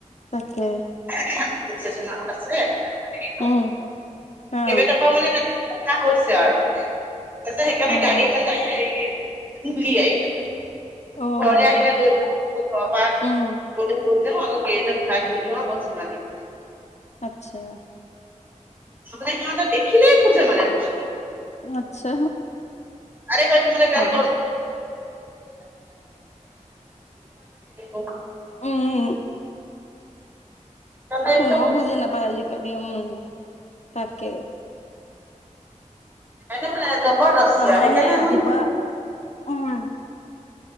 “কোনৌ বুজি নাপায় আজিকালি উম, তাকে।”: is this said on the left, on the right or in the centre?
Left